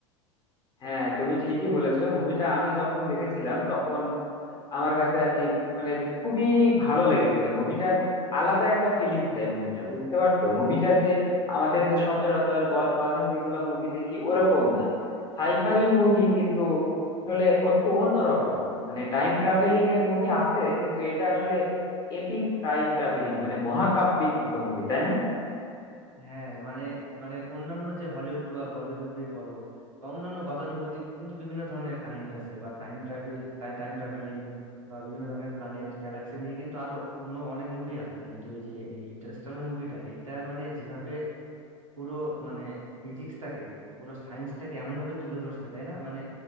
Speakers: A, on the left; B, on the right.
A: হ্যাঁ তুমি ঠিকই বলেছো মুভিটা আমি যখন দেখেছিলাম তখন আমার কাছে আর কি মানে খুবই ভালো লেগেছিল মুভিটার আলাদা একটা ফিলিংস দেয় মুভিটা বুঝতে পারছো মুভিটা যে আমাদের যে সচরাচর গদ বাঁধা যেগুলা মুভি দেখি ওরকম না সাইফাই মুভি কিন্তু আসলে একটু অন্যরকম মানে টাইম ট্রাভেলিং এর মুভি আছে কিন্তু এটা আসলে এপিক টাইম ট্রাভেলিং মানে মহাকাব্যিক মতো মুভি তাই না
B: হ্যাঁ মানে মানে অন্যান্য যে হলিউড বা বলিউড মুভি বলো বা অন্যান্য গতানুগতিক কিন্তু বিভিন্ন ধরনের কাহিনী আছে বা টাইম ট্রাভেল টাইম ট্রাভেলিং বা বিভিন্ন ধরনের প্ল্যানেট গ্যালাক্সি নিয়ে কিন্তু আরো অন্য অনেক মুভি আছে কিন্তু এই যে এই ইন্টারস্টেলার মুভিটা এটা মানে যেভাবে পুরো মানে ফিজিক্সটাকে পুরো সায়েন্সটাকে এমন ভাবে তুলে ধরছে তাই না মানে